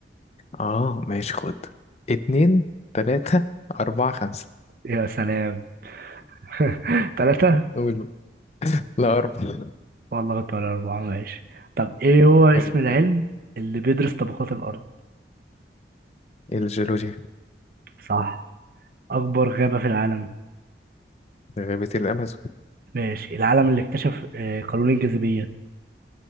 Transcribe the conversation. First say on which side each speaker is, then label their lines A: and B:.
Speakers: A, on the left; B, on the right.
A: اه ماشي خد اتنين تلاتة أربعة خمسة
B: يا سلام <laughs> ثلاثة
A: قول لا أربعة
B: والله كنت ولا أربعة ماشي طب ايه هو اسم
A: حلو
B: العلم
A: حلو.
B: اللي بيدرس طبقات الأرض
A: الجيولوجيا
B: صح أكبر غابة في العالم
A: غابة الأمازون
B: ماشي العالم اللي اكتشف آه، قانون الجاذبية